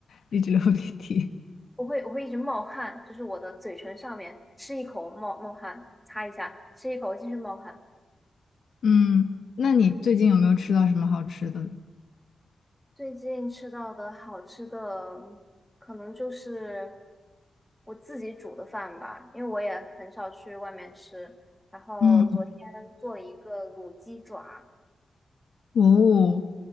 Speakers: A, on the left; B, in the centre.
A: 一直流鼻涕。
B: 我会我会一直冒汗，就是我的嘴唇上面吃一口冒冒汗，擦一下，吃一口继续冒汗。
A: 嗯，那你最近有没有吃到什么好吃的？
B: 最近吃到的好吃的，可能就是我自己煮的饭吧，因为我也很少去外面吃。然后昨天做了一个卤鸡爪。
A: 嗯，哦，